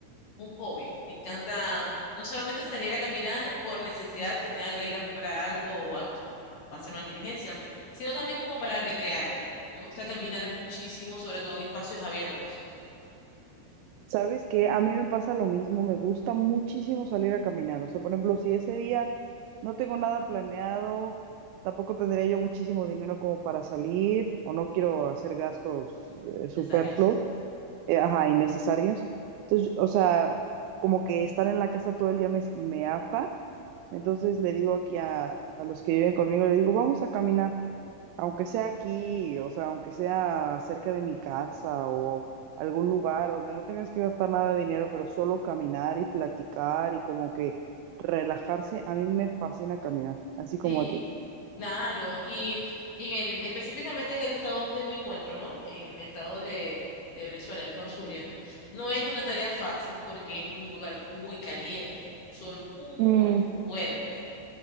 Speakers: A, on the left; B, on the right.
A: un hobby. Me encanta no solamente salir a caminar por necesidad que tenga que ir a comprar algo o algo o hacer una diligencia, sino también como para recrearme. Me gusta caminar muchísimo, sobre todo en espacios abiertos.
B: ¿Sabes qué? A mí me pasa lo mismo, me gusta muchísimo salir a caminar. O sea, por ejemplo, si ese día no tengo nada planeado, tampoco tendría yo muchísimo dinero como para salir o no quiero hacer gastos eh, superfluos,
A: necesarios.
B: eh, ajá, innecesarios. Entonces, o sea, como que estar en la casa todo el día me, me harta. Entonces le digo aquí a, a los que viven conmigo, le digo, vamos a caminar aunque sea aquí, o sea, aunque sea cerca de mi casa o algún lugar donde no tengas que gastar nada de dinero, pero solo caminar y platicar y como que relajarse, a mí me fascina caminar, así como
A: Sí,
B: a ti.
A: claro. Y, y en el- específicamente en el estado donde me encuentro, ¿no? En el estado de, de Venezuela, en el estado Zulia, no es una tarea fácil porque es un lugar muy caliente, sol muy
B: Mm,
A: fuerte.